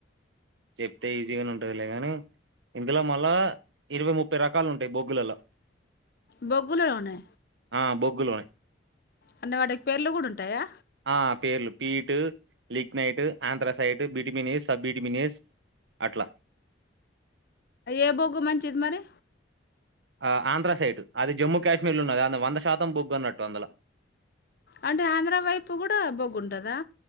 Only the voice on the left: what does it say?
బగలే అనే
అంటే వాడికి పేర్లు కూడా ఉంటాయా
ఏ బొగు మంచిది మరి
అంటే ఆంధ్ర వైపు కూడా బొగ్గుంటదా